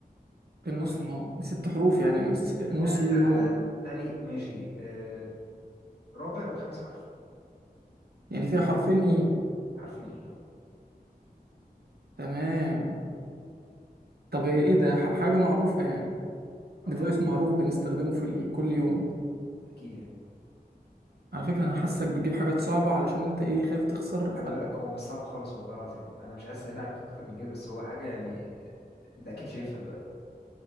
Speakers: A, on the right; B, on the left.
A: في النص
B: مرتين
A: ما هو بست حروف يعني بس النص
B: آه
A: ده اللي
B: لا
A: هو
B: آه تاني ماشي آه رابع وخامس حرف
A: يعني فيها حرفين اي
B: حرفين ايه اه
A: تمام طب ايه ده ح- حاجة معروفة يعني
B: آه،
A: ديفايس
B: طبعا
A: معروف بنستخدمه في ال- كل يوم
B: اكيد يعني
A: على فكرة انا حاسك بتجيب حاجات صعبة علشان انت ايه خايف تخسر
B: خلي بالك هو مش صعب خالص والله العظيم انا مش عايز اسهل عليك اكتر من كده بس هو حاجه يعني انت اكيد شايفها دلوقتي